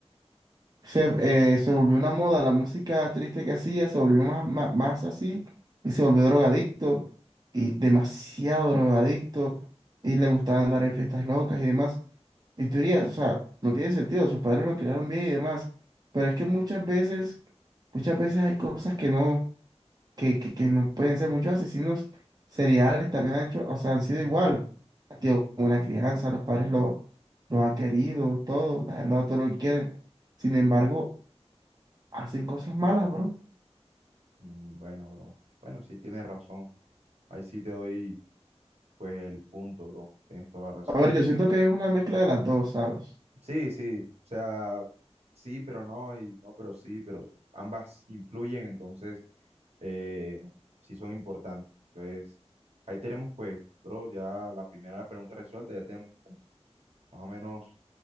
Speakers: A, on the right; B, on the right.
A: se, eh, se volvió una moda, la música triste que hacía se volvió más, más, más así y se volvió drogadicto y demasiado drogadicto y le gustaba andar en fiestas locas y demás. Y tú dirías, o sea, no tiene sentido, sus padres lo crearon bien y demás. Pero es que muchas veces, muchas veces hay cosas que no, que, que, que no pueden ser. Muchos asesinos seriales también han hecho, o sea, han sido igual. Han tenido buena crianza, los padres lo, los han querido, todo, les han dado todo lo que quieren. Sin embargo, hacen cosas malas, bro.
B: Mm, Bueno, bro. Bueno, sí tienes razón. Ahí sí te doy, pues, el punto, bro. Tienes toda la razón.
A: A ver, yo siento que es una mezcla de las dos, ¿sabes?
B: Sí, sí. O sea. sí, pero no, y no, pero sí, pero ambas influyen, entonces eh, sí son importantes. Entonces, ahí tenemos pues, bro, ya la primera pregunta resuelta, ya tenemos como más o menos